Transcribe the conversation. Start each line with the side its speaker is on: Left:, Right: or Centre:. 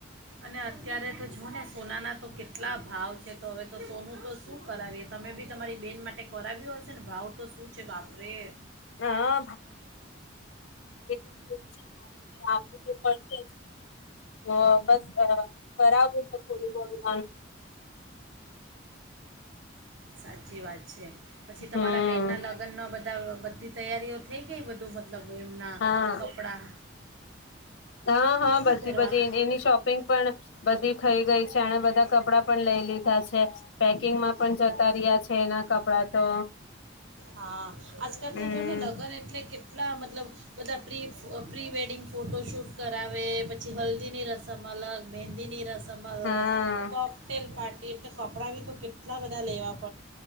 Right: અને અત્યારે તો જો ને સોનાના તો કેટલા ભાવ છે તો હવે તો સોનું તો શું કરાવીએ તમે બી તમારી બેન માટે કરાવ્યો હશે ને ભાવ તો સુ સુ છે બાપ રે.
Left: હા કંજે નાનીને તો આપવુ તો પડશે જ. તો બસ કરાવું છે થોડું થોડું
Right: સાચી વાત છે પછી તમારા
Left: હમ
Right: બેન ના લગ્ન ના બધા બધી તૈયારીઓ <unintelligible> બધું મતલબ એમના
Left: હા
Right: કપડાં
Left: હા હા
Right: શું
Left: બધી
Right: પહેરવાના
Left: બધી એની શોપિંગ પણ બધી થઈ ગઈ છે અને બધા કપડા પણ લઈ લીધા છે પેકિંગમાં પણ જતા રહ્યા છે એના કપડા તો
Right: હા આજકાલ
Left: હમ
Right: તો જો ને લગ્ન એટલે કે આપટણાલા મતલબ બધાબ પ્રી ફ પ્રી વેડિંગ ફોટોશૂટ કરાવે પછી હલ્દી ની રસમ અલગ મહેંદીની રસ સમ
Left: હા
Right: કોકટેલ પારટ તે એટલે કપડાં બી તો કેટલા બધા લેવાડ